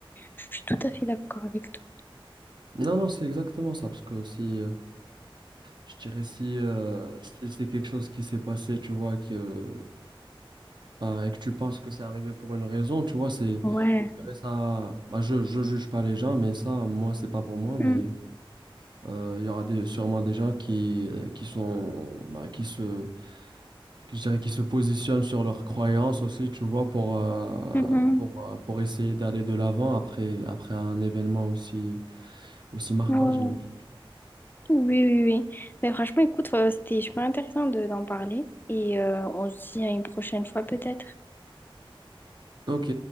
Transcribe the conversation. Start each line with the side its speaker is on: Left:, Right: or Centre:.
Left: Je suis tout à fait d'accord avec toi.
Right: Non, non, c'est exactement ça parce que si euh, je dirais si, euh, si c'est quelque chose qui s'est passé, tu vois, qui, euh, ben, et que tu penses que c'est arrivé pour une raison, tu vois, c'est
Left: Ouais.
Right: je dirais ça. bah, je je juge pas les gens, mais ça, moi, c'est pas pour moi, mais
Left: Mm,
Right: euh, il y aura des, sûrement des gens qui euh, qui sont bah, qui se je dirais qu'ils se positionnent sur leurs croyances aussi, tu vois, pour, euh,
Left: mhm.
Right: pour, euh, pour essayer d'aller de l'avant après, après un événement aussi, aussi marquant,
Left: Ouais.
Right: j'imagine.
Left: Oui, oui, oui. Mais franchement, écoute, euh, c'était super intéressant de- d'en parler. Et euh, on se dit à une prochaine fois peut-être.
Right: Ok,